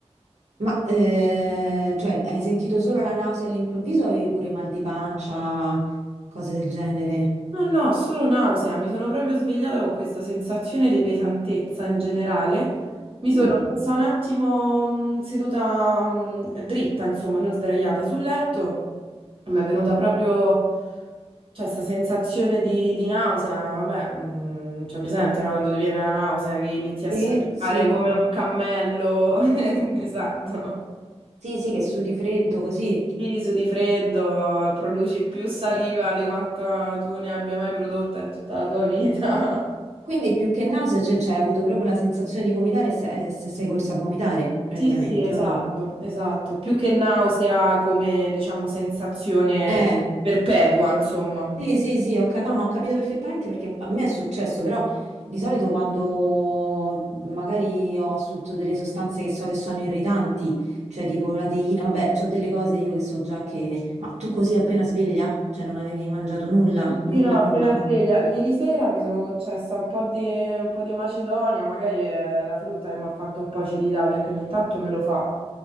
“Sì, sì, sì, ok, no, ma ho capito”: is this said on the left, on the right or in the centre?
Right